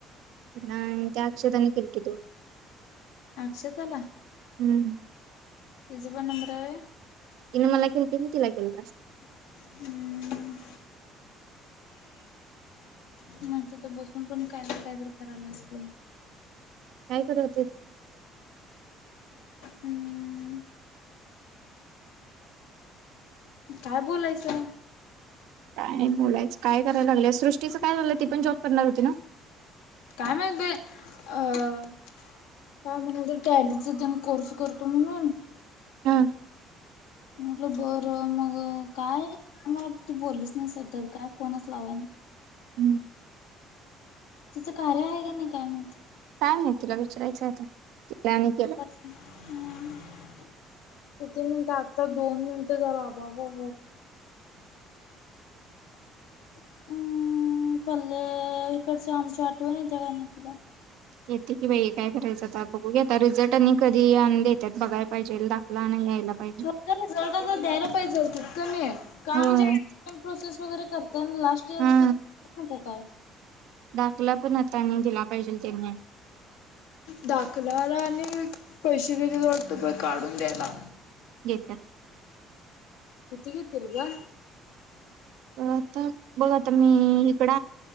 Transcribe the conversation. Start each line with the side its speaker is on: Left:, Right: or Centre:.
Right: ह त्या अक्षताने केली की दोन
Left: अक्षता ला
Right: हम्म
Left: तिचा पण नंबर आहे
Right: तिने मला केती तिला केेलंं
Left: हम्म म्हणे तर बसून पण कायद कायदर करायला असतोय
Right: काय कररावत
Left: हम्म काय बोलायचं
Right: काय नाही बोलायचं काय करायला लागलं सृष्टीचं काय झालंय ती पण जॉब करणार होती ना
Left: काय म्ह अ काय म्हणाल तर टॅलीचण कोर्स करतो म्हणून
Right: हा
Left: म्हटलं बरं मग काय मला ती बोललीच नाही सध्या काय फोनच लावाय नाही
Right: हम्म
Left: त्याचं कार्य आहे का नाही काय माण
Right: कायम आहे तिला विचारायचंय तिला आणि केला
Left: हम् किती म्हणता आता दोन मिनिटं झाला अबाबा हम्म पल्ले इकड चांम टूव न येत का तला
Right: येते की बाई काय करायचं आता बघू घता रिझल्ट आणि कधी देतात बघाय पाहिजे दाखला नाही यायला पाहिजे.
Left: ख ज तर द्यायला पाहिजे तकं नाही का
Right: होय.
Left: म्हणजे प्रोसेस वगैरे त लास्ट इयर
Right: हा
Left: च नको काय
Right: दाखला पण आतानी दिला पाहिजे त्यांनी
Left: दाकलाला आणि पैसे घयचे वाटत प काढून द्यायला
Right: घेत्या
Left: कि त ग तल का
Right: आता बघा आता मी इकड